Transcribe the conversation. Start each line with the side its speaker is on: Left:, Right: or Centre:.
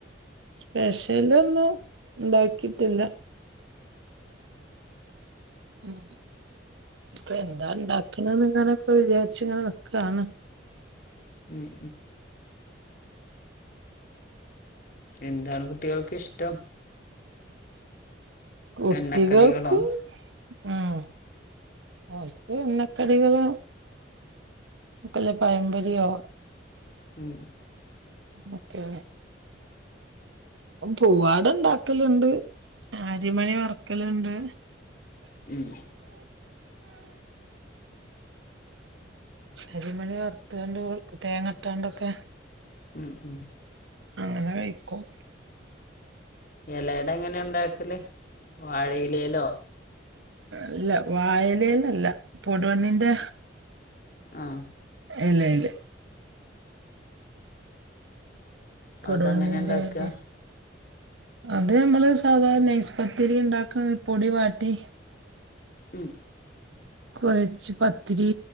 Right: സ്പ ഇതൊന്നും ഉണ്ടാക്കിട്ടില്ല ഉം ഇപ്പ എന്താ ഉണ്ടാക്കണന്ന് ഇങ്ങനെ ഇപ്പ വിചാരിച്ച് ഇങ്ങനെ നിക്കാണ്
Left: <inaudible> എന്താണ് കുട്ടികൾക്ക് ഇഷ്ടം
Right: കുട്ടികൾക്ക്
Left: എണ്ണക്കടികളോ
Right: ഉം ഓൾക്ക് എണ്ണക്കടികള് ക്കല്ല പഴംപൊരിയോ
Left: <inaudible>
Right: ഓക്കേ പൂവാട ഉണ്ടാക്കലുണ്ട് ആരിമണി വറക്കലുണ്ട്
Left: ഉം,
Right: അരിമണി വറുത്തോണ്ട് തേങ്ങ ഇട്ടോണ്ടൊക്കെ
Left: ഉം ഉം
Right: അങ്ങനെ കഴിക്കും
Left: എലയട എങ്ങനാ ഉണ്ടാക്കല് വാഴയിലേലോ
Right: അല്ല വാഴയിലയിലല്ല പൊടുവന്നിന്റെ
Left: ആ
Right: ഇല്ല ഇ പൊടുവന്നിന്റെ
Left: അതങ്ങനെ ഉണ്ടാക്കുക
Right: ഇല അത് നമ്മള് സാധാരണ നൈസ്പത്തിരി ഇണ്ടാക്കുന്ന പൊടി വാട്ടി
Left: ഉം
Right: കൊഴച്ച് പത്തിരി